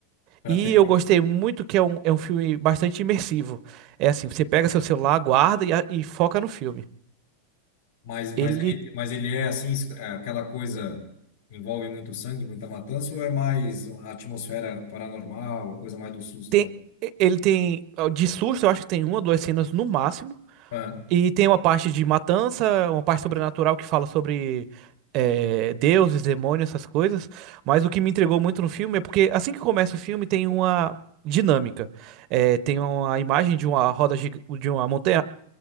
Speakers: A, on the left; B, on the right.
A: Pra
B: E
A: ter
B: eu gostei muito que é um, é um filme bastante imersivo. É assim, você pega seu celular, guarda e, a- e foca no filme.
A: Mas, mas,
B: Ele
A: ele, mas ele é assim, es- é aquela coisa envolve muito sangue, muita matança, ou é mais a atmosfera paranormal, a coisa mais do susto
B: tem,
A: mesmo?
B: ele tem, ó, de susto, eu acho que tem uma, ou duas cenas no máximo.
A: Ah,
B: E tem uma parte de matança, uma parte sobrenatural que fala sobre é, deuses, demônios, essas coisas. Mas o que me entregou muito no filme é porque assim que começa o filme tem uma dinâmica. É, tem uma imagem de uma roda, giga- de uma montanha,